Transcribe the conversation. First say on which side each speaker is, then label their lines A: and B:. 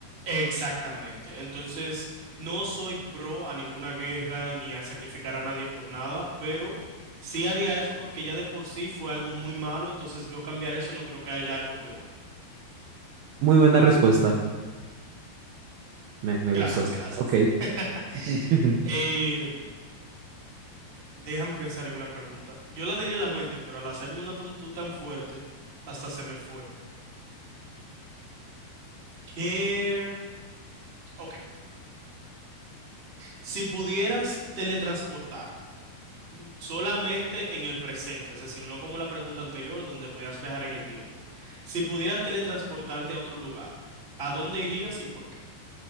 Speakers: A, on the right; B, on the right.
A: Exactamente. Entonces, no soy pro a ninguna guerra ni a sacrificar a nadie por nada, pero sí haría eso porque ya de por sí fue algo muy malo, entonces yo cambiar eso no creo que haya algo peor.
B: Muy buena respuesta. Me, me
A: Gracias,
B: gustó.
A: gracias.
B: Ok.
A: <laughs>
B: <laughs> ¿En
A: Eh, déjame pensar en una pregunta. Yo la tenía en la mente, pero al hacerme una tan- tú tan fuerte, hasta se me fue. ¿Qué? Ok. Si pudieras teletransportarte solamente en el presente, es decir, no como la pregunta anterior donde podías viajar en el tiempo. Si pudieras teletransportarte a otro lugar, ¿a dónde irías y por qué?